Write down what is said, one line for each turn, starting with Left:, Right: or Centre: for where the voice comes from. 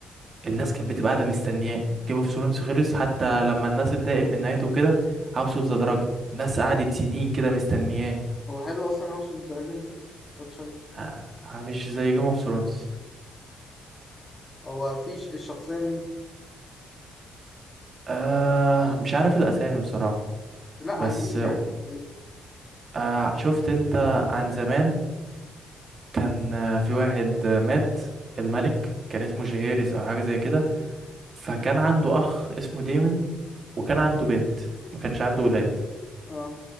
Right: الناس كانت بتبقى قاعده مستنياه جيم اوف ثرونز خلص حتى لما الناس اتضايقت من نهايته كده هاوس اوف ذا دراجون الناس قعدت سنين كده مستنياه
Left: هو حلو اصلا هاوس اوف دراجون ده متفرجتش عليه
Right: آه، آه، مش زي جيم اوف ثرونز
Left: هو في ش- الشخصيه مين
Right: آه مش عارف الاسامي بصراحه
Left: لا عن
Right: بس
Left: ايه يعني ايه
Right: آه شفت انت عن زمان كان آه، في واحد آه، مات الملك كان اسمه جيهيرس او حاجه زي كده فكان عنده اخ اسمه ديمن وكان عنده
Left: اه
Right: بنت ما كانش عنده ولاد
Left: اه